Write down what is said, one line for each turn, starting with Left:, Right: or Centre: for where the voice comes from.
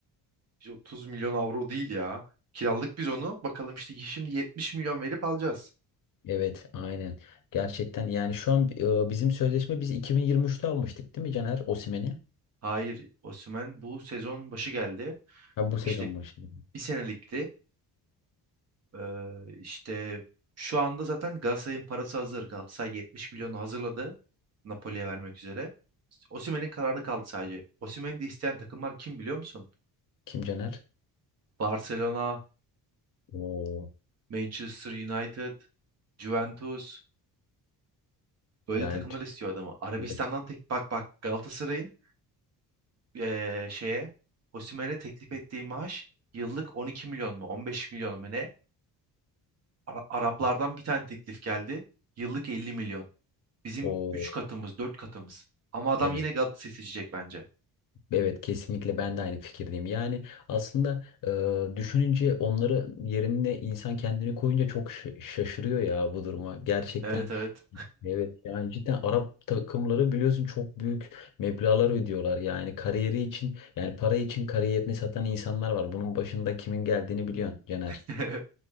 Right: İşte 30 milyon avro değil ya. Kiralık biz onu. Bakalım işte şimdi 70 milyon verip alacağız.
Left: Evet aynen. Gerçekten yani şu an e, bizim sözleşme biz 2023'te almıştık değil mi Caner Osimhen'i?
Right: Hayır, Osimhen bu sezon başı geldi.
Left: Ha bu sezon
Right: İşte
Left: başı.
Right: bir senelikti. Ee, işte şu anda zaten Galatasaray'ın parası hazır. Galatasaray 70 milyonu hazırladı Napoli'ye vermek üzere. İşte Osimhen'in kararı kaldı sadece. Osimhen'i de isteyen takımlar kim biliyor musun?
Left: Kim Caner?
Right: Barcelona,
Left: Oo
Right: Manchester United, Juventus böyle
Left: yani
Right: takımlar
Left: tü-
Right: istiyor adamı. Arabistan'dan
Left: evet.
Right: tek bak bak Galatasaray'ın eee, şeye Osimhen'e teklif ettiği maaş yıllık 12 milyon mu 15 milyon mu ne? Ara- Araplardan bir tane teklif geldi. Yıllık 50 milyon. Bizim
Left: O
Right: 3 katımız, 4 katımız. Ama adam
Left: evet.
Right: yine Galatasaray seçecek bence.
Left: Evet kesinlikle ben de aynı fikirdeyim. Yani aslında e, düşününce onları yerine insan kendini koyunca çok ş- şaşırıyor ya bu duruma gerçekten.
Right: Evet evet.
Left: Evet yani cidden Arap takımları biliyorsun çok büyük meblağlar ödüyorlar. Yani kariyeri için yani para için kariyerini satan insanlar var. Bunun başında kimin geldiğini biliyorsun Caner.
Right: <laughs>